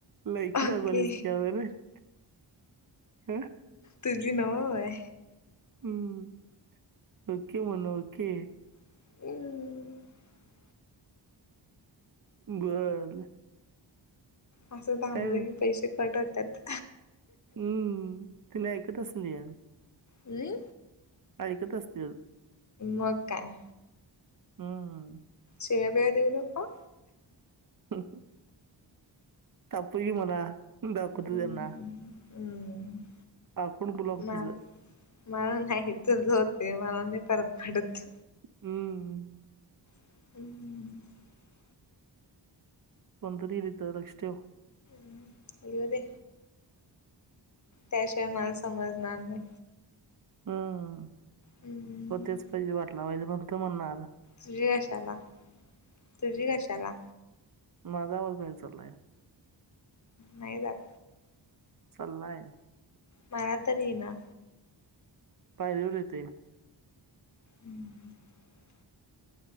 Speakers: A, on the right (about 45°); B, on the left (about 40°).
A: लई <unintelligible>
B: ओके
A: हम
B: तुझी नव्ह होय?
A: हम्म ओके म्हण ओके.
B: <unintelligible>
A: बर
B: असं थांबलं
A: काय
B: की पैसे कट होतात.
A: हम्म, तुम्ही ऐकतच नाही आ.
B: नाई.
A: ऐकत असतील.
B: मग काय.
A: हम्म.
B: तिला लय देऊ नको अ.
A: <unintelligible> ताप ही म्हणा, दाखवते
B: हम्म
A: त्यांना.
B: हम्म
A: आखूड ब्लॉक
B: ना,
A: तुझं
B: मला नाही तसं होते मला नाही परत अडत.
A: हम्म
B: <unintelligible>
A: कोणतर येईल इथं लक्ष ठेव.
B: <unintelligible> येउदे. त्याशिवाय मला समजणार नाही.
A: हम्म,
B: हम्म
A: हो तेच पाहिजे वाट लावयला फक्त म्हणू नका.
B: तुझी कशाला, तुझी कशाला?
A: माझा आवाज बाहेर चाललाय.
B: नाही दात.
A: चाल्लाय.
B: मला तरी ये ना.
A: पायरीवर येते.
B: हम्म ह.